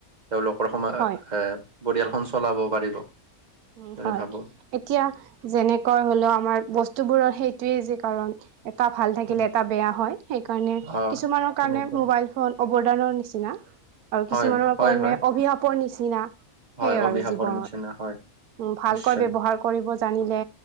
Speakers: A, on the right; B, on the right.
A: তেওঁলোকৰ সময়
B: হয়,
A: এ, পৰিয়ালখন চলাব পাৰিব।
B: উ,
A: বুলি
B: হয়
A: ভাবো
B: এতিয়া যেনেকা হলেও আমাৰ বস্তুবোৰৰ সেইটোয়েই যে কাৰণ এটা ভাল থাকিলে
A: উম
B: এটা বেয়া হয় সেইকাৰণে
A: অ
B: কিছুমানৰ
A: তেনেকুৱা
B: কাৰণে মোবাইল ফোন অৱদানৰ নিচিনা আৰু
A: হয়
B: কিছুমানৰ
A: হয়
B: কাৰণে
A: হয়
B: অভিশাপৰ নিচিনা
A: হয়
B: সেইয়
A: অবিহাপৰ
B: আৰু জীৱনত
A: নিচনা হয়।
B: উ, ভালকৈ
A: নিশ্চয়
B: ব্যৱহাৰ কৰিব জানিলে